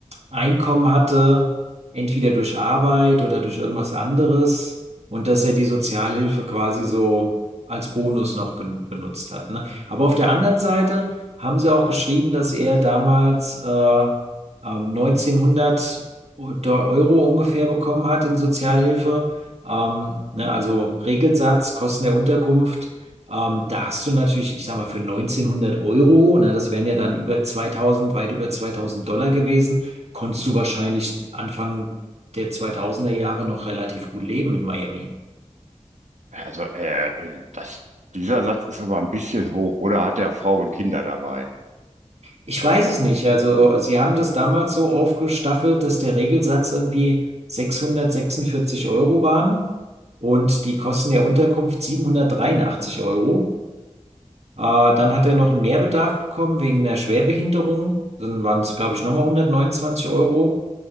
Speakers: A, on the right; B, on the right.
A: Einkommen hatte, entweder durch Arbeit oder durch irgendwas anderes und dass er die Sozialhilfe quasi so als Bonus noch gen- benutzt hat, ne? Aber auf der anderen Seite haben sie auch geschrieben, dass er damals äh, ähm, 1900 Deu- Euro ungefähr bekommen hat in Sozialhilfe, ähm, ne? Also Regelsatz, Kosten der Unterkunft. Ähm, da hast du natürlich, ich sag mal, für 1900 Euro, ne, das wären ja dann über 2000, weit über 2000 Dollar gewesen, konntest du wahrscheinlich Anfang der zweitausender Jahre noch relativ gut leben in Miami.
B: Also, äh, äh, das, dieser Satz ist aber ein bisschen hoch. Oder hat er Frau und Kinder dabei?
A: Ich
B: Also,
A: weiß es nicht. Also, sie haben das damals so aufgestaffelt, dass der Regelsatz irgendwie 646 Euro waren und die Kosten der Unterkunft 783 Euro. Äh, dann hat er noch einen Mehrbedarf bekommen wegen einer Schwerbehinderung. Dann waren es, glaube ich, nochmal 129 Euro.